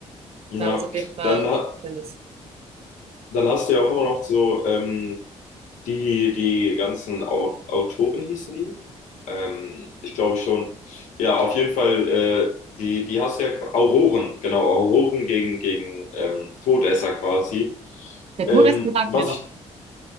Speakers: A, on the left; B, on the right.
A: Ja,
B: Da ist auf jeden Fall
A: dann, ha-
B: Verständnis.
A: dann hast du ja auch immer noch so, ähm, Die, die ganzen Au- Autoren hießen die? Ähm, ich glaube schon. Ja, auf jeden Fall, äh, die, die hast du ja qua- Auroren, genau, Auroren gegen, gegen ähm, Todesser quasi.
B: Der
A: Ähm,
B: Todesser sagt
A: was
B: mir noch.
A: ich